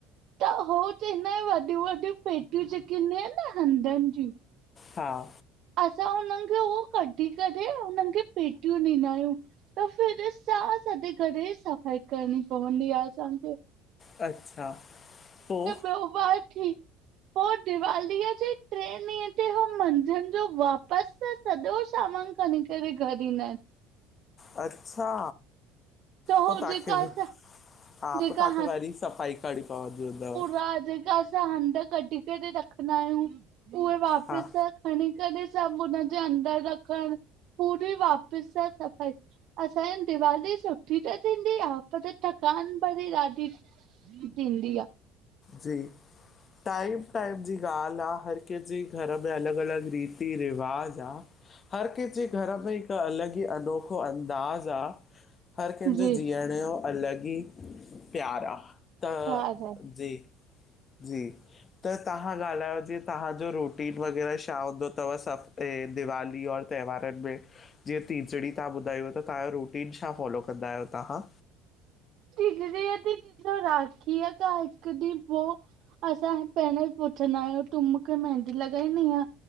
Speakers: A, on the right (about 60°); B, on the left (about 35°).
A: त हो त हिनयो वॾियूं वॾियूं पेटियूं जेके हूंंदियूं इनि न हंधनि जूं।
B: हा।
A: असां उननि खे उहो कढी करे, उननि खे पेटियूं ॾीदा आहियूं। त फिर सां संदे करे सफ़ाई करणी पवंदी आ, सम्झुइ।
B: अच्छा, पो?
A: त उहा थी, पोइ दिवालीअ जी ट्रें ॾिहं उत हो मंझंजि जो वापसि सॼो सामान खणी करे घरि ईंदा इनि।
B: अच्छा,
A: त
B: पोइ
A: हो
B: तांखे,
A: जेका असां
B: हा
A: जेका
B: पोइ तांखे वरी सफ़ाई खणी पोंदी हूंदव।
A: हा, जेका असां हंध कढी करे रखंदा आहियूं, उहे वापसि
B: हा
A: सां खणी करे सभु हुनजे अंदर रखण, पूरी वापसि सां सफ़ाई असांयी दिवाली सुठी त थींदी आ। पर थकान भरी ॾाढी थींदी आ।
B: जी, टाइम टाइम जी ॻाल्हि आ, हर किनिजी घर में अलॻि अलॻि रीति रिवाज़ आ, हर कंहिंजे घर में हिक अलॻ जी, अनोखो अंदाज़ आ, हर कंहिंजो
A: जी
B: जीअण जो अलॻि ई प्यार आ, त
A: ख़्याल आहे
B: जी, जी त तहां ॻाल्हायो जी तहांजो रूटि रुटीन वग़ैरह छा हूंदो तव सभ ते, दीवाली और त्योहारनि में जीअं टीजड़ी तहां ॿुधायो त तांजो रुटीन छा फॉलो कंदा आहियो तहां?
A: टीजड़ी ते <unintelligible> तो राखी खां हिकु ॾींहुं पोइ असां हि पहिरियों ई पुछंदा आहियूं, कि मुखे मेहदी लॻाइणी आ।